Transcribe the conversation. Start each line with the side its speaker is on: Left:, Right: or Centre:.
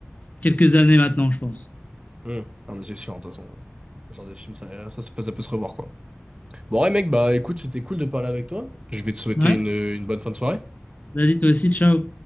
Left: quelques années maintenant, je pense.
Right: Mm. Non, mais c'est sûr, de toute façon. Ce genre de film, ça, ça, se peut ça peut se revoir, quoi. Bon, ouais, mec, bah écoute, c'était cool de parler avec toi. Je vais te souhaiter
Left: Ouais.
Right: une, une bonne fin de soirée.
Left: Vas-y, toi aussi, ciao.